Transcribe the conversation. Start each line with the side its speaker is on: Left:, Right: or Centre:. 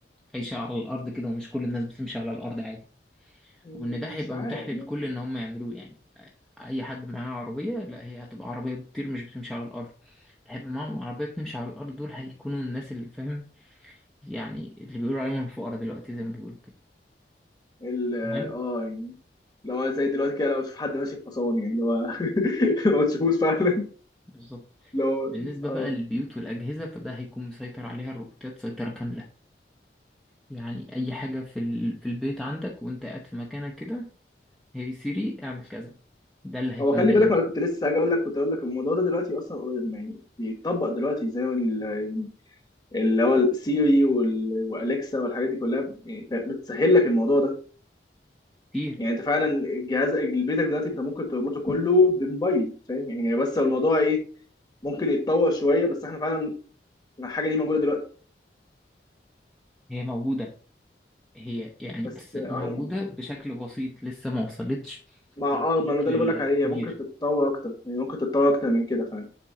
Centre: عايشة على الأرض كده ومش كل الناس بتمشي على الأرض عادي
Left: م-
Centre: وإن ده هيبقى
Left: مش عارف
Centre: متاح للكل إن هم يعملوه يعني أي حد معاه عربية لا هي هتبقى عربية بتطير مش بتمشي على الأرض اللي هيبقى معاهم عربية بتمشي على الأرض دول هيكونوا الناس اللي فاهم يعني اللي بيقولوا عليهم الفقراء دلوقتي زي ما بيقولوا كده
Left: ال
Centre: تمام
Left: اه يعني لو زي دلوقتي كده لو اشوف حد ماشي بحصان يعني اللي هو <laughs> ما تشوفوش فعلا
Centre: بالظبط
Left: لو
Centre: بالنسبة
Left: اه
Centre: بقى للبيوت والأجهزة فده هيكون مسيطر عليها الروبوتات سيطرة كاملة يعني اي حاجة في ال... في البيت عندك وانت قاعد في مكانك كده هي سيري اعمل كذا ده اللي هيكون
Left: هو خلي
Centre: داير
Left: بالك انا كنت لسه هاجي اقول لك كنت اقول لك الموضوع ده دلوقتي اصلا يعني بيتطبق دلوقتي زي ما ال- اللي هو السيري والاليكسا والحاجات دي كلها يعني بتسهل لك الموضوع ده
Centre: كتير
Left: يعني انت فعلا جهاز بيتك دلوقتي انت ممكن تربطه كله بموبايل فاهم يعني بس الموضوع ايه ممكن يتطور شويه بس احنا فعلا الحاجه دي موجوده دلوقتي
Centre: هي موجودة هي يعني
Left: بس
Centre: بس
Left: اه
Centre: موجودة
Left: يعني
Centre: بشكل بسيط لسه ما وصلتش
Left: مع
Centre: للشكل
Left: اه ما هو ده اللي
Centre: الكبير
Left: بقول لك عليه هي ممكن تتطور اكتر يعني ممكن تتطور اكتر من كده فعلا